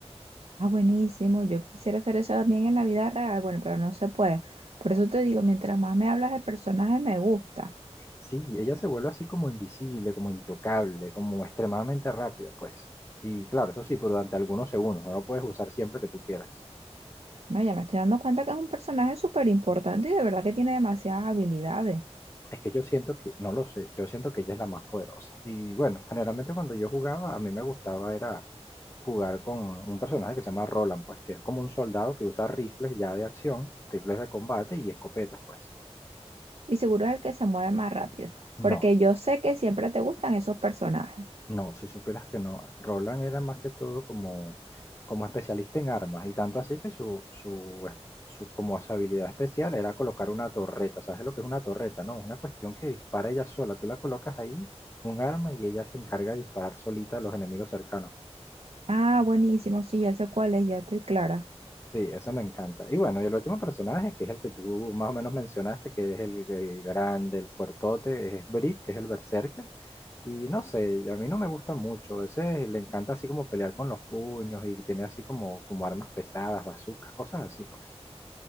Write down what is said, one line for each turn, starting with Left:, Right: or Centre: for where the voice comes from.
Right: Ah, buenísimo. Yo quisiera hacer eso también en la vida real. Bueno, pero no se puede. Por eso te digo, mientras más me hablas, el personaje me gusta.
Left: Sí, ella se vuelve así como invisible, como intocable, como extremadamente rápida, pues. Y claro, eso sí, pero durante algunos segundos, no lo puedes usar siempre que tú quieras.
Right: No, ya me estoy dando cuenta que es un personaje súper importante y de verdad que tiene demasiadas habilidades.
Left: Es que yo siento que, no lo sé, yo siento que ella es la más poderosa. Y bueno, generalmente cuando yo jugaba, a mí me gustaba era jugar con un personaje que se llama Roland, pues que es como un soldado que usa rifles ya de acción, rifles de combate y escopetas, pues.
Right: Y seguro es el que se mueve más rápido,
Left: No,
Right: porque yo sé que siempre te gustan esos personajes.
Left: No, si supieras que no. Roland era más que todo como, como especialista en armas y tanto así que su, su, es- su, como su habilidad especial era colocar una torreta. ¿Sabes lo que es una torreta? No, una cuestión que dispara ella sola. Tú la colocas ahí, un arma, y ella se encarga de disparar solita a los enemigos cercanos.
Right: Ah, buenísimo, sí, ya sé cuál es, ya estoy clara.
Left: Sí, eso me encanta. Y bueno, y el último personaje, que es el que tú más o menos mencionaste, que es el, el grande, el fuertote, es Brick, que es el berserker. Y no sé, y a mí no me gusta mucho. A veces le encanta así como pelear con los puños y tener así como, como armas pesadas, bazucas, cosas así, pues.